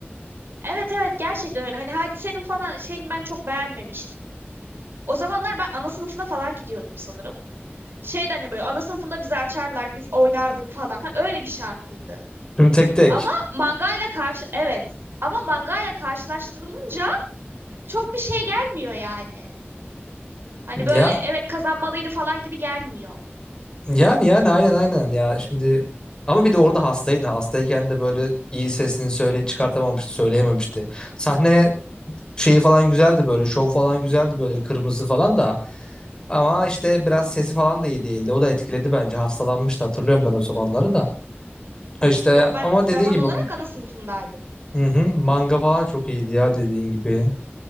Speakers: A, on the right; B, on the left.
A: Evet evet gerçekten öyle. Hani Hadise'nin falan şeyini ben çok beğenmemiştim. O zamanlar ben ana sınıfına falan gidiyordum sanırım. Şeydi hani böyle ana sınıfında bizi açarlardı biz oynardık falan. Hani öyle bir şarkıydı.
B: Tüm tek tek.
A: Ama mangayla karşı evet. Ama mangayla karşılaştırılınca çok bir şey gelmiyor yani. Hani
B: Ya
A: böyle evet kazanmalıydı falan gibi gelmiyor.
B: yani yani aynen aynen ya şimdi ama bir de orada hastaydı. Hastayken de böyle iyi sesini söyle çıkartamamıştı, söyleyememişti. Sahne şeyi falan güzeldi böyle, şov falan güzeldi böyle kırmızı falan da ama işte biraz sesi falan da iyi değildi. O da etkiledi bence. Hastalanmıştı hatırlıyorum ben o zamanları da. İşte
A: Yok ben
B: ama
A: zaman
B: dediğin gibi
A: olarak ana sınıfındaydım.
B: hı hı, manga falan çok iyiydi ya dediğin gibi.